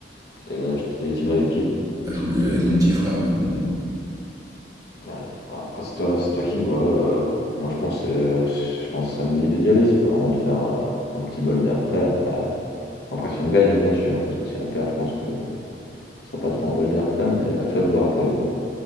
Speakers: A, on the left (about 60°); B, on the right (about 20°).
A: euh, je t'ai dit, tu vas avec qui?
B: là, je voulais y aller avec mon petit frère, mais bon...
A: Ouais, Après, c'est toi, c'est toi qui vois. euh, moi, je pense, euh, je pense que ce serait une bonne idée d'y aller. Ça peut vraiment te faire euh, un petit bol d'air frais après, Après, si on gagne, hein, bien sûr, parce que si on perd, je pense que ce sera pas trop un bol d'air frais, mais à toi de voir pour le coup.